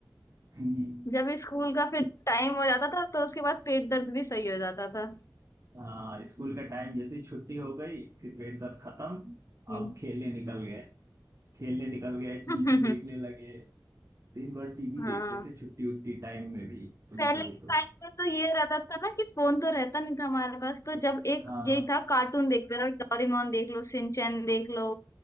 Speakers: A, on the right; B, on the left.
A: <clears throat> हम्म,
B: जब स्कूल का फिर टाइम हो जाता था तो उसके बाद पेट दर्द भी सही हो जाता था
A: हाँ स्कूल का टाइम जैसे ही छुट्टी हो गई फिर पेट दर्द खत्म
B: हम्म
A: अब खेलने निकल गए खेलने निकल गए
B: <laughs>
A: टीवी देखने लगे दिन भर टीवी
B: हाँ
A: देखते थे छुट्टी उट्टी टाइम में भी कभी
B: पहले
A: कभी
B: के
A: तो
B: टाइम में तो ये रहता था ना कि फोन तो रहता नहीं था हमारे पास तो जब एक
A: हाँ
B: यही था कार्टून देखते रहो डोरेमोन देख लो सिंचैन देख लो